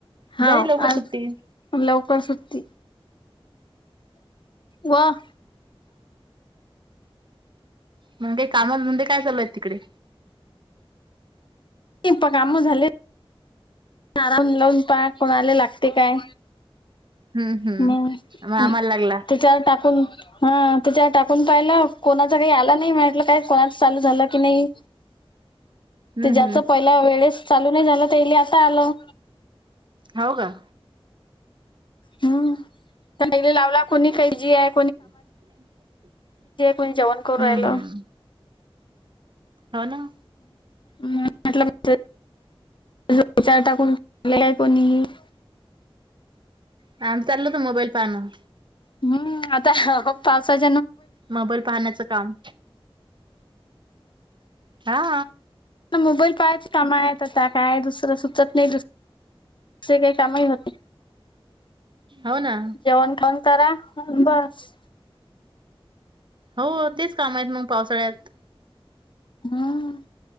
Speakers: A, on the left; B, on the right.
A: हव
B: झाली लवकर
A: आज
B: सुट्टी
A: लवकर सुटी. वं.
B: मग काय काम धंदे काय चालूय तिकडे.
A: प काम झाले. आराम लावून पाहाय कोणाला लागते काय.
B: हम्म हम्म
A: हम्
B: मग आम्हाला
A: त्याच्यावर
B: लागला.
A: टाकून. हा तच्यावर टाकून पाहिला कोणा. <unintelligible> आलं नाय म्हणटलं कोणाचं चालू झालं की नाय.
B: हम्म
A: ते ज्याचं
B: हम्म
A: पहिला वेळेस चालू नाही झालं त्याला आता आलं.
B: हो का.
A: हम्म प लावला कोणी काही जी आहे.
B: <inaudible>
A: कोण जेवण करू
B: हम्म
A: राहीलो..
B: हम्म हो नां.
A: ह म्हटलंचार टाकूनले कोणीही. <unintelligible>
B: आमचं तर मोबाईल पहाणं.
A: हम्म आता पावसाचं.
B: मोबाईल पाहण्याचं काम. हा.
A: मोबाईल पहायचं कामा आहेत आता काय दुसरं सुचत नाही.. असे काही कामही होते.
B: हो ना.
A: जेवण खाऊन करा बस
B: हो तेच काम आहेत मग पावसाळ्यात
A: हम्म